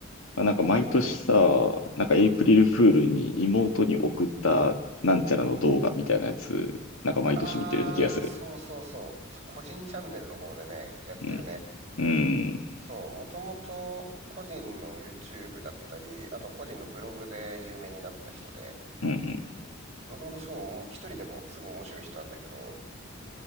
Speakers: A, on the left; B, on the right.
A: あなんか毎年さ、
B: そう、え、
A: なんかエイプリルフールに妹に送ったなんちゃらの動画みたいなやつ、
B: うん。
A: なんか毎年見てるような気がする。
B: あー、そうそうそう。そ個人チャンネルの方でね、やってるね。
A: うん。うん。
B: そう、もともと個人の YouTube だったり、あとは個人のブログで有名になった人で、
A: うんうん。
B: もともとすごいおも、一人でもすごい面白い人なんだけど、